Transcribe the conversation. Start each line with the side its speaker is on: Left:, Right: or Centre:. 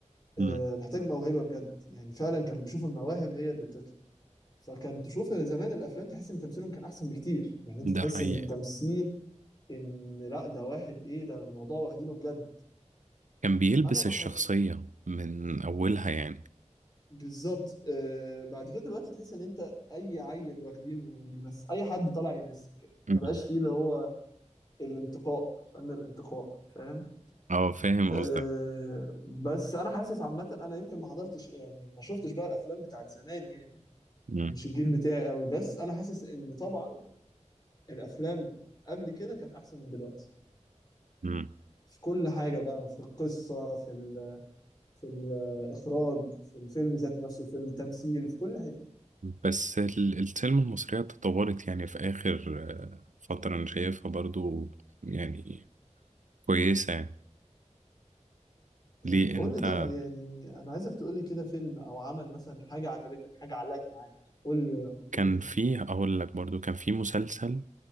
Left: آه،
Right: امم
Left: محتاج موهبه بجد يعني فعلا كانوا بيشوفوا المواهب هي اللي بتطلع فكان تشوف زمان الافلام تحس ان تمثيلهم كان احسن بكتير يعني انت
Right: ده
Left: تحس
Right: حقيقة
Left: ان التمثيل ان لا ده واحد ايه ده الموضوع واخدينه بجد
Right: كان بيلبس
Left: انا ما
Right: الشخصية
Left: ح-
Right: من اولها يعني
Left: بالظبط آه بعد كده دلوقتي تحس ان انت اي عيل واخدينه بيمثل اي حد طالع يمثل كده
Right: امم.
Left: ما بقاش فيه اللي هو الانتقاء فن الانتقاء فاهم
Right: اه فاهم
Left: آه
Right: قصدك
Left: بس انا حاسس عامه انا يمكن ما حضرتش يعني ما شفتش بقى الافلام بتاعت زمان يعني
Right: امم.
Left: مش الجيل بتاعي قوي بس انا حاسس ان طبعا الافلام قبل كده كانت احسن من دلوقتي
Right: امم.
Left: في كل حاجه بقى في القصه في ال في الاخراج في الفيلم ذات نفسه في التمثيل في كل حته
Right: بس ال- السينما المصرية تطورت يعني في اخر آه، فترة انا شايفها برضو يعني كويسة يعني
Left: يعني
Right: ليه
Left: قول
Right: انت
Left: لي طب يعني انا عايزك تقول لي كده فيلم او عمل مثلا حاجه عجبتك حاجه علقت معاك قول لي كده
Right: كان فيه اقول لك برضو كان فيه مسلسل